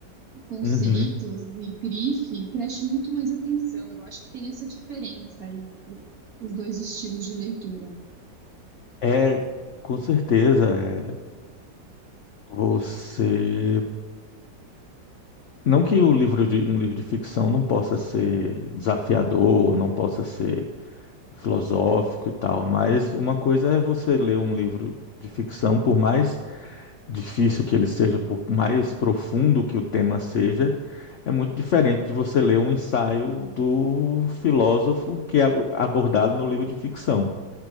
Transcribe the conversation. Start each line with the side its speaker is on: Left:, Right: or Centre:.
Right: conceitos
Left: Uhum.
Right: e grife, e preste muito mais atenção. Eu acho que tem essa diferença aí entre os dois estilos de leitura.
Left: É, com certeza, é, você. Não que o livro de, um livro de ficção não possa ser desafiador, não possa ser filosófico e tal, mas uma coisa é você ler um livro de ficção, por mais difícil que ele seja, por mais profundo que o tema seja, é muito diferente de você ler um ensaio do filósofo que é ab- abordado no livro de ficção.